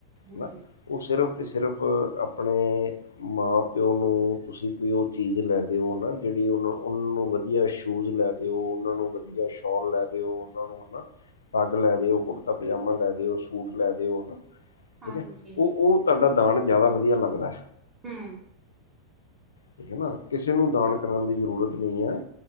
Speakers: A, on the right; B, on the left.
A: ਹਮ
B: ਹਨਾ। ਓ ਸਿਰਫ ਤੇ ਸਿਰਫ ਆਪਣੇ ਮਾਂ-ਪਿਓ ਨੂੰ ਤੁਸੀਂ ਕੋਈ ਓ ਚੀਜ਼ ਲੈ ਦਿਓ ਨਾ ਜੇੜੀ ਓਨ-ਓਨਾਂ ਨੂੰ ਵਧੀਆ ਸ਼ੂਜ਼ ਲੈ ਦਿਓ। ਓਨਾਂ ਨੂੰ ਵਧੀਆ ਸੌ਼ਲ ਲੈ ਦਿਓ। ਓਨਾਂ ਨੂੰ ਓ ਨਾ ਪੱਗ ਲੈ ਦਿਓ, ਕੁੜਤਾ-ਪਜਾਮਾ ਲੈ ਦਿਓ, ਸੂਟ ਲੈ ਦਿਓ ਹਨਾ।
A: ਹਾਂਜੀ
B: ਠੀਕ ਐ ਓਹ-ਓ ਤਾਡਾ ਦਾਨ ਜਾਦਾ ਵਧੀਆ ਲੱਗਦਾ
A: ਹੂੰ।
B: ਠੀਕ ਏ ਨਾ ਕਿਸੇ ਨੂੰ ਦਾਨ ਕਰਨ ਦੀ ਜ਼ਰੂਰਤ ਨਈ ਐ